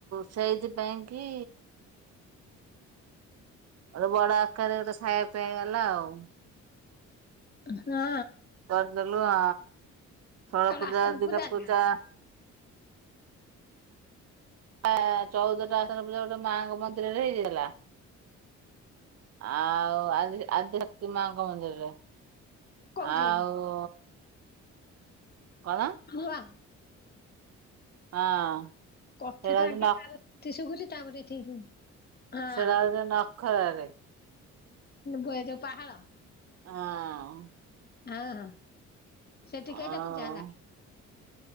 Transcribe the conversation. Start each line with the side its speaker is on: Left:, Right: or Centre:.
Right: ସେଇଥି ପାଇଁ କି ଗୋଟେ ବଡ ଆକାରରେ ଗୋଟେ ଖାଇବା ପିଆଇ ହେଲା ଆଉ।
Left: ହଁ।
Right: କରିଦେଲୁ ଆ ଷୋଳ
Left: କଣ
Right: ପୂଜା
Left: ଆସ୍ଥାନ
Right: ଦିନ ଦିଟା ପୂଜା
Left: ନା
Right: ଆ ଚଉଦଟା ଆସନ ପୂଜା ଗୋଟେ ମାଙ୍କ ମନ୍ଦିରରେ ହେଇଯାଇଥିଲା। ଆଉ ଆଦି ଆଦି ଶକ୍ତି ମାଙ୍କ ମନ୍ଦିରରେ।
Left: କୋଉଠି
Right: ଆଉ କଣ
Left: <unintelligible>
Right: ହଁ।
Left: କଥା
Right: ସେଇଟା
Left: ଟା
Right: ହଉଛି
Left: ଆଗେ
Right: ନ
Left: <unintelligible> ଶୁଭୁଚି ତାପରେ ଏଠିକି ଶୁଭୁଛି। ହଁ
Right: ସେଇଟା ହଉଚି ନଖରାରେ।
Left: ଯୋଉ ପାହାଳ।
Right: ଆଁ
Left: ହଁ ହଁ, ସେଠି
Right: ଆଉ
Left: କେଇଟା ପୂଜା ହେଲା?